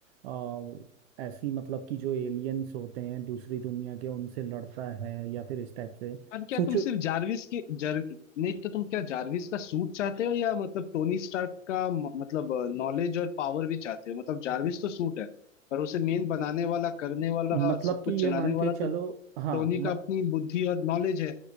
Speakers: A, on the right (about 50°); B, on the left (about 60°).
A: आ, ऐसी मतलब कि जो एलियंस होते हैं दूसरी दुनिया के उनसे लड़ता है या फिर इस टाइप से
B: अब क्या
A: सोचो
B: तुम सिर्फ जारविस के जर नहीं तो तुम क्या जारविस का सूट चाहते हो या मतलब टोनी स्टार्क का म- मतलब नॉलेज और पावर भी चाहते हो मतलब जारविस तो सूट है पर उसे मेन बनाने वाला करने वाला
A: मतलब
B: और सब कुछ
A: कि ये
B: चलाने
A: मान
B: वाला
A: के चलो
B: तो
A: हाँ
B: टोनी
A: म,
B: का अपनी बुद्धि और नॉलेज है